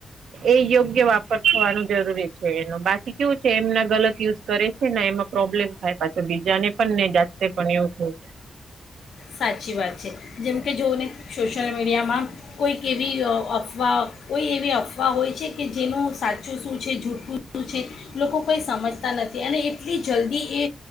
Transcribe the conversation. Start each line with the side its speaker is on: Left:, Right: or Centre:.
Right: એ યોગ્ય વાપર થવાનું જરૂરી છે. એનું બાકી કેવું છે.? એમના ગલત યુઝ કરે. છૈને એમાં પ્રોબ્લેમ થાય પાછો બીજાને પણને જાસ્તે પણ એવું થયું-
Left: સાચી વાત છે. જેમ કે, જોવ ને. સોશિયલ મીડિયામાં કોઈક એવી અફવા, કોઈ એવી અફવા હોય છે કે, જેનું સાચું શું છે? જૂઠઠું શું છે? લોકો કંઈ સમજતા નથી, અને એટલી જલ્દી એ